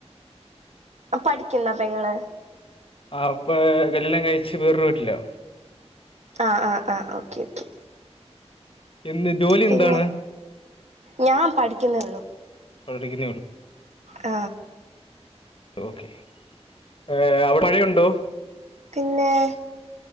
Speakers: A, on the right (about 75°); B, on the left (about 50°).
A: ആ പഠിക്കുന്നോ പെങ്ങള്
B: ആ അപ്പൊ കല്യാണം കഴച്ച് വേറ വീട്ടിലാ
A: ആ ആ ആ ഓക്കേ ഓക്കെ
B: എന്ത് ജോലി
A: പിന്നെ
B: എന്താണ്
A: ഞാൻ പഠിക്കുന്നേ
B: പ്പോ ടിഗ്രിരി
A: ആ
B: ഓക്കെ ഏ അവിടെ മഴയുണ്ടോ?
A: പിന്നെയ്